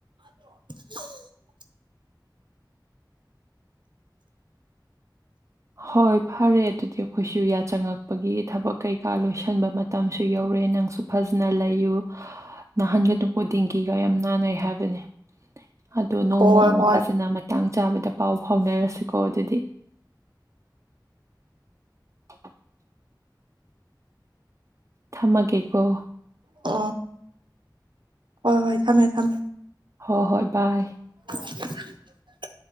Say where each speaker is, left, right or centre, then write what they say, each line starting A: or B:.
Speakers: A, on the right (about 85°); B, on the right (about 40°).
A: <unintelligible>
B: ꯍꯣꯏ ꯐꯔꯦ ꯑꯗꯨꯗꯤ ꯑꯩꯈꯣꯏꯁꯨ ꯌꯥꯆꯪꯉꯛꯄꯒꯤ ꯊꯕꯛ ꯀꯩꯀꯥ ꯂꯣꯏꯁꯟꯕ ꯃꯠ ꯇꯝꯁꯨ ꯌꯧꯔꯦ ꯅꯪꯁꯨ ꯐꯖꯅ ꯂꯩꯌꯨ ꯅꯥꯍꯟꯒꯅꯨꯀꯣ ꯗꯦꯡꯒꯤꯒ ꯌꯥꯝ ꯅꯥꯟꯅꯩ ꯍꯥꯏꯕꯅꯦ ꯑꯗꯣ ꯅꯣꯡꯃ
A: ꯍꯣꯏ
B: ꯑꯃꯨꯛ
A: ꯍꯣꯏ
B: ꯐꯖꯅ ꯃꯇꯥꯡ ꯆꯥꯕꯗ ꯄꯥꯎ ꯐꯥꯎꯅꯔꯁꯤꯀꯣ ꯑꯗꯨꯗꯤ <inaudible> ꯊꯝꯃꯒꯦꯀꯣ
A: ꯑꯣ ꯍꯣꯏ ꯍꯣꯏ ꯊꯝꯃꯦ ꯊꯝꯃꯦ
B: ꯍꯣ ꯍꯣꯏ ꯕꯥꯏ
A: <inaudible>